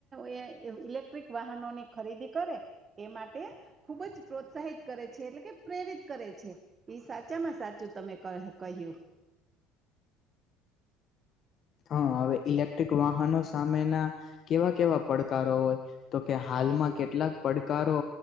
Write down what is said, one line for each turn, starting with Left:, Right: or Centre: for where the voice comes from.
Right: એયા ઇલેક્ટ્રિક વાહનોની ખરીદી કરે એ માટે. ખુબ જ પ્રોત્સાહિત કરે છે એટલે કે પ્રેરિત કરે છે. ઈ સાચામાં સાચું તમે કહ કહ્યું.
Left: હ અવે ઇલેક્ટ્રિક વાહનો સામેના કેવા કેવા પડકારો હોય. તો કે હાલમાં કેટલાક પડકારો.